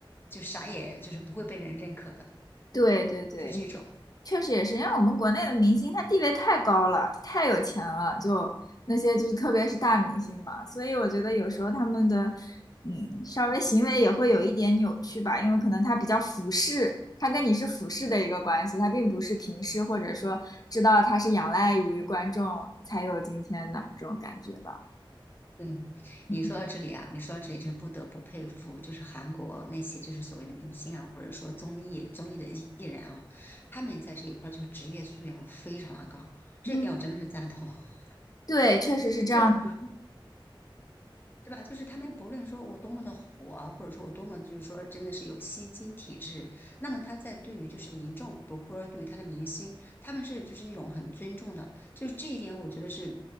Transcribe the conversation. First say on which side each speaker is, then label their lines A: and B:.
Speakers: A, on the left; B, on the left.
A: 就啥也就是不会被人认可的，
B: 对对对，
A: 是这种。
B: 确实也是，因为我们国内的明星他地位太高了，他太有钱了，就那些就是特别是大明星嘛，所以我觉得有时候他们的嗯稍微行为也会有一点扭曲吧，因为可能他比较俯视，他跟你是俯视的一个关系，他并不是平视或者说知道他是仰赖于观众才有今天的这种感觉吧。
A: 嗯，
B: 嗯
A: 你说到这里啊，你说到这里，就是不得不佩服，就是韩国那些就是所谓的明星啊，或者说综艺综艺的艺艺人啊，他们在这一块儿就职业素养非常的高，这一点我真的是赞同。
B: 嗯，
A: <laughs>
B: 对，确实是这样子。
A: 就是吧？就是他们不论说我多么的火啊，或者说我多么就是说真的是有吸金体质，那么他在对于就是民众，不或者对于他的明星，他们是就是那种很尊重的，就是这一点我觉得是